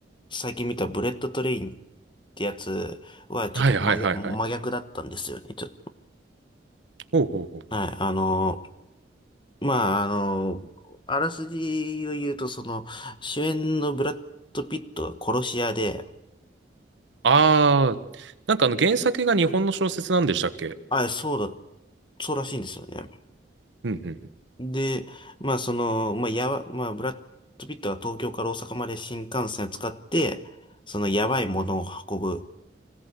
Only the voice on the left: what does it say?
最近見たブレッドトレインってやつはちょっと真逆、
真逆だったんですよね。ちょっと、
はい、あの、まあ、あの、あらすじを言うと、その、主演のブラッド・ピットが殺し屋で、
あ、そうだ、そうらしいんですよね。
で、まあ、その、まあ、やば、まあ、ブラッド・ピットは東京から大阪まで新幹線を使って、その、やばいものを運ぶ、